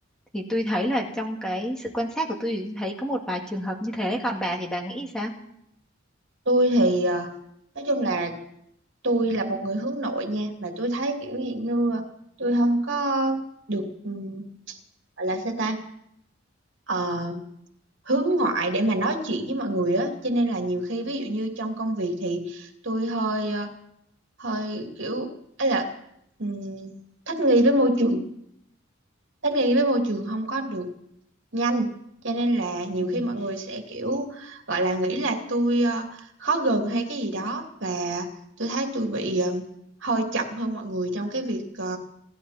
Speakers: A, in the centre; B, on the right (about 65°).
A: thì tôi thấy là trong cái sự quan sát của tôi thì tôi thấy có một vài trường hợp như thế còn bà thì bà nghĩ sao
B: Tôi thì ờ, nói chung là tôi là một người hướng nội nha, mà tôi thấy kiểu gì như ờ, tôi không có được ừm, gọi là sao ta ờ, hướng ngoại để mà nói chuyện với mọi người á cho nên là nhiều khi ví dụ như trong công việc thì tôi hơi ờ, hơi kiểu ấy ừm, thích nghi với môi trường thích nghi với môi trường không có được nhanh cho nên là nhiều
A: Ừ.
B: khi mọi người sẽ kiểu gọi là nghĩ là tôi ờ, khó gần hay cái gì đó và tôi thấy tôi bị ờ, hơi chậm hơn mọi người trong cái việc ờ,